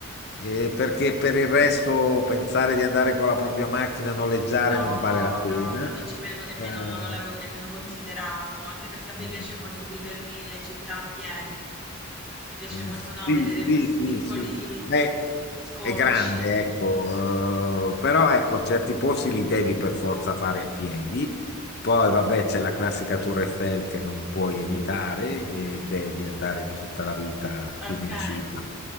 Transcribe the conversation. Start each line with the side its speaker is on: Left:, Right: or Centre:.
Left: Eh, perché per il resto pensare di andare con la propria macchina a noleggiare
Centre: No,
Left: non vale la pena.
Centre: no, ma non ci avevo nemmeno
Left: Eh,
Centre: non l'avevo nemmeno considerato, anche perché a me
Left: mm,
Centre: piace molto vivermi le città a piedi. Mi piace
Left: mm,
Centre: molto, no,
Left: sì,
Centre: vedere
Left: sì,
Centre: questi
Left: sì,
Centre: piccoli
Left: sì. Beh,
Centre: scorci.
Left: è grande, ecco, eh, però ecco, certi posti li devi per forza fare a piedi. Poi, vabbè, c'è la classica Tour Eiffel che non puoi evitare e devi andare tutta la vita
Centre: Okay.
Left: fino in cima.